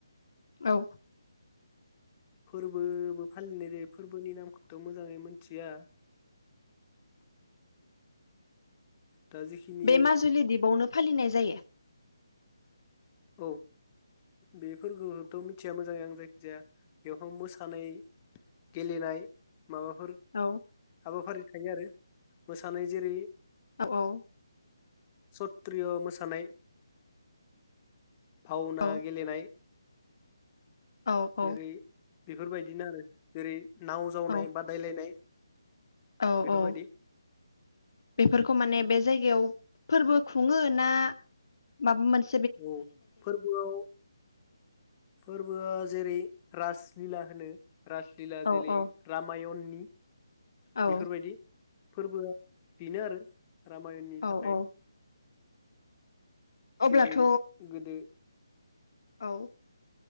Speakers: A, on the left (about 65°); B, on the left (about 25°).
A: औ।
B: फोरबोबो फालिनाय जायो फोरबोनि नामखौथ मोजाङै मिथिया। दा जिखिनि
A: बे माजुलि दीपावनो फालिनाय जायो।
B: औ बेफोरखौथ मिथिया मोजाङै आं जायखिजाया बेवहाय मोसानाय गेलेनाय। माबाफोर
A: औ
B: हाबाफारि। थायो आरो मोसानाय जेरै-
A: औ औ
B: सत्रि मोसानाय। भावना
A: औ
B: गेलेनाय।
A: औ औ
B: जेरै बेफोरबायदि। बिदिनो आरो जेरै नाव जावनाय
A: औ
B: बादायलायनाय।
A: औ
B: बेफोरबायदि
A: औ बेफोरखौ माने बे जायगायाव फोरबो खुङो ना माबा मोनस
B: औ फोरबोआव फोरबोआ। जेरै राजलिला होनो राजलिला
A: औ
B: जेरै
A: औ
B: रामायणनि।
A: औ
B: बेफोरबायदि फोरबोआ। बिनो आरो। रामायननि
A: औ
B: थाखाय।
A: औ अब्लाथ'
B: जेरै गोदो।
A: औ